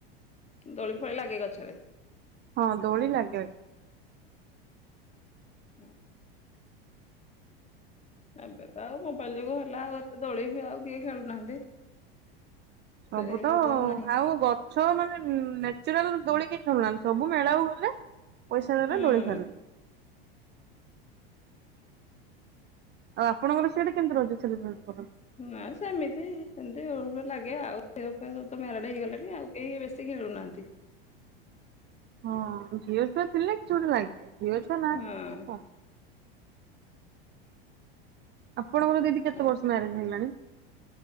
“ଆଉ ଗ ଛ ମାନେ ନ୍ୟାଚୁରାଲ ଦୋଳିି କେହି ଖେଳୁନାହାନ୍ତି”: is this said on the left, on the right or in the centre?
Right